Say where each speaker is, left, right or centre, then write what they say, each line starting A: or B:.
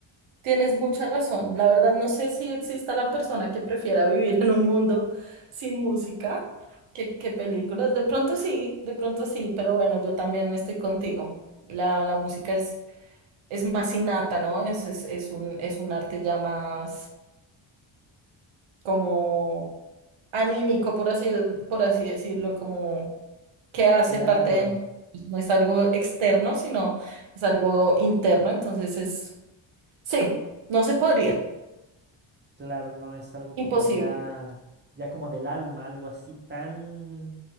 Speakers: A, on the right (about 80°); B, on the right (about 20°).
A: Tienes mucha razón. La verdad, no sé si exista la persona que prefiera <laughs> vivir en un mundo sin música que, que películas. De pronto sí, de pronto sí, pero bueno, yo también estoy contigo. La, la música es, es más innata, ¿no? Es, es, es un, es un arte ya más como anímico, por así, por así decirlo, como que hace
B: claro,
A: parte de nosotros. No es algo externo, sino es algo interno. Entonces es, sí, no se podría.
B: claro, no es algo
A: Imposible.
B: como ya, ya como del alma, algo así tan